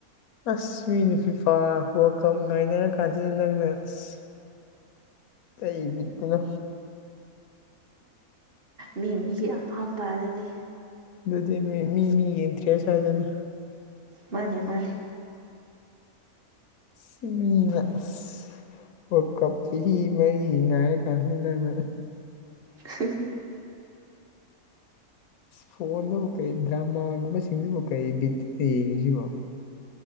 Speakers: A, on the left (about 80°); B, on the right (about 50°).
A: ꯑꯁ ꯃꯤꯅ ꯐꯤꯐꯥ ꯋꯥꯔ꯭ꯜ ꯀꯞ ꯉꯥꯏꯅꯔ ꯀꯥꯟꯁꯤꯗ ꯅꯪꯅ ꯑꯁ ꯀꯩꯕꯤꯠꯇꯅꯣ
B: ꯃꯤ ꯃꯤꯒꯤ ꯑꯄꯥꯝꯕ ꯑꯗꯨꯅꯤ
A: ꯑꯗꯨꯗꯤ ꯃꯤ ꯃꯤ ꯃꯤꯒꯤ ꯏꯟꯇ꯭ꯔꯦꯁ ꯍꯥꯢꯗꯨꯅꯤ
B: ꯃꯥꯅꯦ ꯃꯥꯅꯦ
A: ꯁꯤꯕꯤꯅ ꯑꯁ <unintelligible> ꯑꯣ ꯀꯞ ꯆꯍꯤ ꯃꯔꯤ ꯉꯥꯏꯔ ꯀꯥꯟꯁꯤ ꯅꯪ
B: <unintelligible>
A: ꯐꯣꯟꯗꯕꯨ ꯀꯩ ꯗ꯭ꯔꯃꯥꯒꯨꯝꯕꯁꯤꯡꯁꯤꯕꯨ ꯀꯩ ꯕꯤꯠ ꯂꯩꯅꯤꯁꯤꯕꯣ